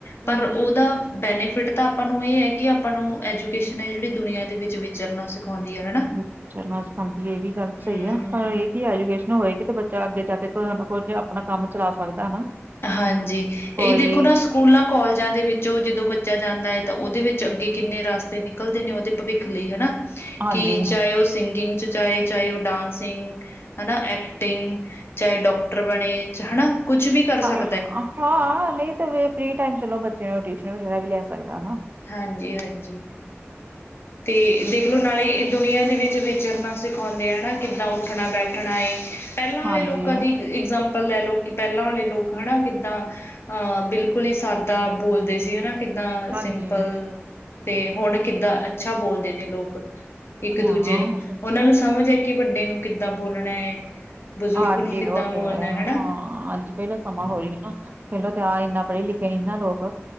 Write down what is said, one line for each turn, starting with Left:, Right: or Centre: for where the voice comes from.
Left: ਪਰ
Right: ਹੂੰ
Left: ਉਹਦਾ ਬੈਨੀਫਿਟ ਤਾਂ ਆਪਾਂ ਨੂੰ ਇਹ ਐ ਕਿ ਆਪਾਂ ਨੂੰ ਐਜੂਕੇਸ਼ਨ ਐ ਜਿਹੜੀ ਦੁਨੀਆਂ ਦੇ ਵਿੱਚ ਵਿਚਰਨਾ ਸਿੱਖੋ ਉਂਦੀ ਆ ਹਨਾ।
Right: ਵਿਚਰਨਾ ਸਿਖਾਂਦੀ ਇਹ ਵੀ ਗੱਲ
Left: ਹਮ
Right: ਸਹੀ ਆ। <unintelligible> ਕਿ ਐਜੂਕੇਸ਼ਨ ਹੋਏਗੀ ਤੇ ਬੱਚਾ ਅੱਗੇ ਜਾ ਕੁਝ ਨਾ ਕੁਝ ਆਪਣਾ ਕੰਮ ਚਲਾ ਸਕਦਾ ਹਨਾ।
Left: ਹਾਂਜੀ
Right: ਕੋਈ
Left: ਇਹੀ ਦੇਖੋ ਨਾ ਸਕੂਲਾਂ ਕੋਾਲਜਾਂ ਦੇ ਵਿੱਚੋਂ ਜਦੋਂ ਬੱਚਾ ਜਾਂਦਾ ਐ ਤਾਂ ਉਹਦੇ ਵਿੱਚ ਅੱਗੇ ਕਿੰਨੇ ਰਸਤੇ ਨਿਕਲਦੇ ਨੇ ਉਹਦੇ ਭਵਿੱਖ ਲਈ ਹਨਾ।
Right: ਹਾਂਜੀ
Left: ਕਿ ਚਾਹੇ ਉਹ ਸਿੰਗਿੰਗ ਚ ਚਾਹੇ ਚਾਹੇ ਉਹ ਡਾਂਸਿੰਗ ਹਨਾ ਐਕਟਿੰਗ ਚਾਹੇ ਡਾਕਟਰ ਬਣੇ ਹਨਾ। ਕੁਛ ਵੀ ਕਰ
Right: ਹਾਂ
Left: ਸਕ
Right: ਹਾਂ, ਨਹੀਂ ਤੇ ਫਿਰ ਫਰੀ ਟਾਈਮ ਚਲੋ ਬੱਚੇ ਨੂੰ ਟਿਊਸ਼ਨ ਵਗੈਰਾ ਵੀ ਲੈ ਸਕਦਾ ਹਨਾ।
Left: ਹਾਂਜੀ ਹਾਂਜੀ, ਤੇ ਦੇਖਲੋ ਨਾਲੇ ਦੁਨੀਆਂ ਦੇ ਵਿੱਚ ਵਿਚਰਨਾ ਸਿਖਾਉਂਦੇ ਆ ਨਾ ਕਿੱਦਾਂ ਉੱਠਣਾ ਬੈਠਣਾ ਪਹਿਲਾਂ
Right: ਹਾਂਜੀ
Left: ਆਲੇ ਲੋਕਾਂ ਦੀ ਇਗਜਾਮਪਲ ਲੈ ਲਓ ਕਿ ਪਹਿਲਾਂ ਵਾਲੇ ਲੋਕ ਹਨਾ ਕਿੱਦਾਂ ਹਾਂ, ਬਿਲਕੁਲ ਹੀ ਸਾਦਾ ਬੋਲਦੇ ਸੀ ਹਨਾ ਕਿੱਦਾਂ
Right: ਹਾਂਜੀ
Left: ਸਿੰ ਤੇ ਹੁਣ ਕਿੱਦਾਂ ਅੱਛਾ ਬੋਲਦੇ ਨੇ ਲੋਕ ਇੱਕ
Right: ਹਾਂ
Left: ਦੂਜੇ ਨੂੰ ਉਹਨਾਂ ਨੂੰ ਸਮਝ ਹੈ ਕਿ, ਵੱਡੇ ਨੂੰ ਕਿੱਦਾਂ ਬੋਲਣੈ, ਬਜ਼ੁਰਗ
Right: ਹਾਂਜੀ
Left: ਨੂੰ ਕਿੱਦਾਂ
Right: ਉਹ
Left: ਬੋਲਣੈ
Right: ਤੇ ਹੈ
Left: ਹਣਾ।
Right: ਹਾਂ ਅੱਜ ਪਹਿਲੋ ਸਮਾਂ ਹੋਰ ਹੀ ਨਾ, ਪਹਿਲੋ ਤੇ ਆ, ਇੰਨਾ ਪੜ੍ਹੇ, ਲਿਖੇ ਨੀ ਨਾ ਲੋਕ।